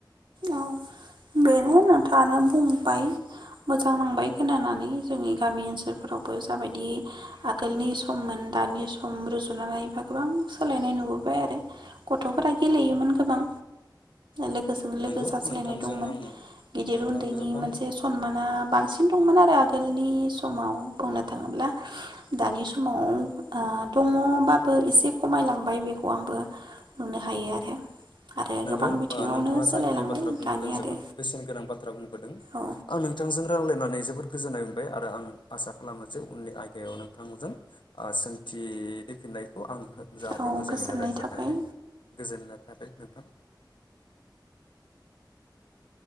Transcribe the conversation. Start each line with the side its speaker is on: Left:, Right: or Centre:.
Right: औ बेनो नोंथाङानो बुंबाय मोजां नांबाय खोनानानै जोंनि गामि ओनसोलफोरावबो जाबायदि आगोलनि सममोन दानि सम रुजुनानै बा गोबां सोलायनाय नुबोबाय आरो गथफोरा गेलेयोमोन गोबां लोगो लोगो
Left: नोंगौ
Right: जास्लायनाय
Left: नोंथांजों
Right: दंमोन
Left: आं
Right: गिदिर
Left: नोंथाङा
Right: उन्दैनि
Left: गोबां
Right: मोनसे सनमाना बांसिन दंमोन आरो आगोल समाव बुंनो
Left: औ
Right: थाङोब्ला दानि समाव ओ दङबाबो एसे खमायलांबाय बेखौ आंबो नुनो हायो आरो। आरो
Left: नोंगौ
Right: गोबां बिथिङावनो
Left: ओ नोंथाङा
Right: सोलायलांबाय
Left: जाखि खिनि बाथ्रा बुंबोदों
Right: दानि
Left: जोबोद
Right: आरो
Left: बेसेन गोनां बाथ्रा बुंबोदों
Right: औ
Left: आं नोंथांजों राव रायलायनानै जोबोद गोजोननाय मोनबाय आरो आं आसा खालामो जे उननि आयदायाव नोंथांमोनजों सोंथिफिननायखौ आं हो जाहाथे
Right: औ
Left: मोजाङैनो
Right: गोजोननाय
Left: रायज्लायनो
Right: थाबाय।
Left: हायो गोजोननाय थाबाय नोंथां। <inaudible>